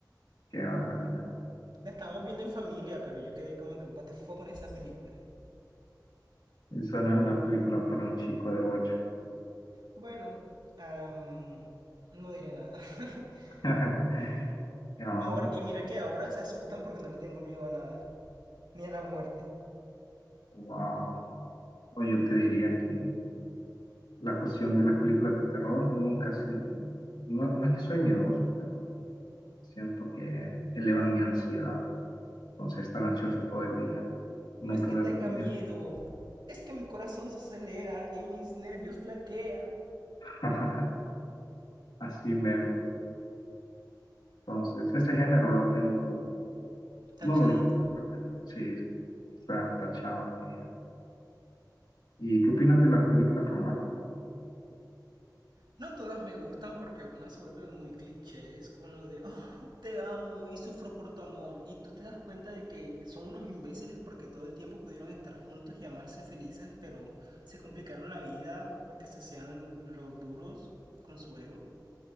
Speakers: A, on the left (about 80°); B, on the right (about 80°).
A: Qué barbaridad.
B: La estábamos viendo en familia, pero yo quedé como que, what the fuck con esa película.
A: Esa no es una película para un chico de ocho.
B: Bueno, am, no diré nada. <laughs>
A: <laughs> Ah,
B: Ahora, y mira que ahora se asustan porque no le tengo miedo a nada. Ni a la muerte.
A: wow. yo te diría que la cuestión de las películas de terror nunca ha sido. No, no es que soy miedoso, pero siento que elevan mi ansiedad. Entonces, estar ansioso todo el día, no
B: No es
A: poder
B: que tenga
A: dormir.
B: miedo, es que mi corazón se acelera y mis nervios flaquean.
A: <laughs> Así mero. Entonces, ese género lo tengo como,
B: Tachadito.
A: no lo disfruto realmente. Sí, está tachado en mi vida. ¿Y qué opinas de las películas románticas?
B: No todas me gustan porque algunas se vuelven muy clichés con lo de, oh, te amo y sufro por tu amor. Y tú te das cuenta de que son unos imbéciles porque todo el tiempo pudieron estar juntos y amarse felices, pero se complicaron la vida porque se hacían los duros con su ego.